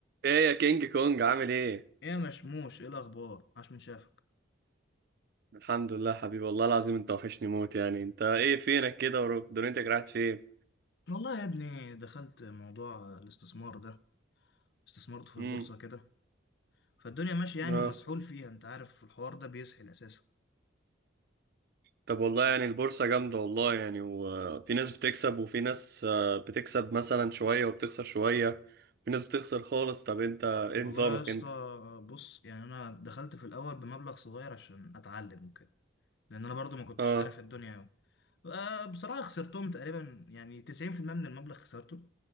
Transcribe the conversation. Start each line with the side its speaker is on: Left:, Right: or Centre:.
Right: ايه يا كينج كونج عامل ايه؟
Left: ايه يا مشموش ايه الاخبار عاش من شافك
Right: الحمد لله حبيبي والله العظيم انت وحشني موت يعني انت ايه فينك كده ودنيتك راحت فين؟
Left: والله يا ابني دخلت موضوع الاستثمار ده استثمرت في البورصه
Right: امم
Left: كده فالدنيا ماشيه يعني
Right: اه
Left: ومسحول فيها انت عارف الحوار ده بيسحل اساسا
Right: طب والله يعني البورصة جامدة والله يعني وفي ناس بتكسب وفي ناس آه، بتكسب مثلا شوية وبتخسر شوية في ناس بتخسر خالص طب انت ايه
Left: والله
Right: نظامك
Left: يا اسطى
Right: انت؟
Left: بص يعني انا دخلت في الاول بمبلغ صغير عشان اتعلم وكده لان انا برضو ما كنتش
Right: اه
Left: عارف الدنيا أوي آه، بصراحه خسرتهم تقريبا يعني 90% من المبلغ خسرته